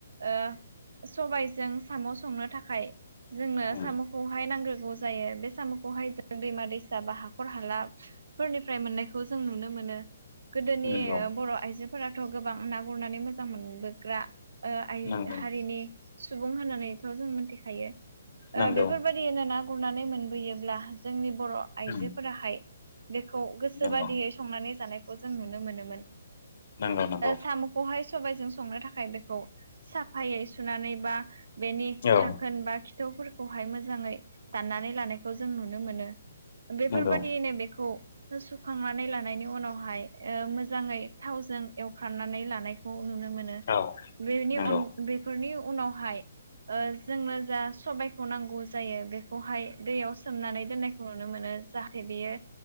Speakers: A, on the right; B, on the left.
A: ओ सबायजों साम' संनो थाखाय जोंनो
B: उम
A: साम'खौहाय नांग्रो जायो बे साम'खौहाय जों दैमा दैसा बा हाखर हाला फोरनिफ्राय मोननायखौ जों नुनो मोनो। नों गोदोनि
B: नंगौ
A: बर' आइजोफोराथ' गोबां ना गुरनानै मोजां मोनबोग्रा आय
B: नंगौ
A: हारिनि सुबुं होननानैथ' जों मिथिखायो ओ
B: नंगौ
A: बेफोरबायदियैनो गुरनानै मोनबोयोब्ला जोंनि बर' आइजोफोराहाय
B: उम
A: बेखौ गोसोबादियै
B: नंगौ
A: संनानै जानायखौ जों नुनो मोनोमोन। ओ
B: नंगौ नंगौ
A: साम'खौहाय सबबायजों संनो थाखाय बेखौ साफायै सुनानै बा बेनि
B: औ
A: थाखोन बा खिथावफोर खौहाय मोजाङै दाननानै लानायखौ जों नुनो मोनो बेफोरबायदियैनो
B: नंगौ
A: बेखौ । सुखांनानै लानायनि उनावहाय ओ मोजाङै थावजों एवखांनानै लानाय खौ नुनो मोनो
B: औ
A: बेनि
B: नंगौ
A: अन बेफोरनि उनावहाय जोंनो जा सबायखौ नांगौ जायो बेखौहाय दैयाव सोमनानै दोननायखौ नुनो मोनो जाहाथे बियो